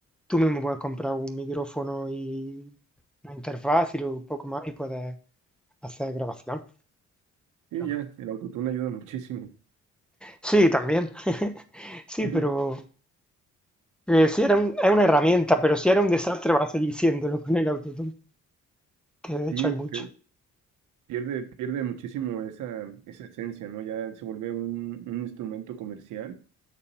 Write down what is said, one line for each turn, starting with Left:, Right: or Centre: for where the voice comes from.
Centre: tú mismo puedes comprar un micrófono y una interfaz y luego un poco más y puedes hacer grabación.
Right: Sí,
Centre: claro.
Right: ya, el autotune ayuda muchísimo.
Centre: Sí, también. <laughs> Sí,
Right: <laughs>
Centre: pero... Eh, sí, era un- es una herramienta, pero si era un desastre vas a seguir siéndolo con el autotune, que de hecho
Right: Sí,
Centre: hay
Right: porque
Centre: mucho.
Right: pierde, pierde muchísimo esa, esa esencia, ¿no? Ya se vuelve un, un instrumento comercial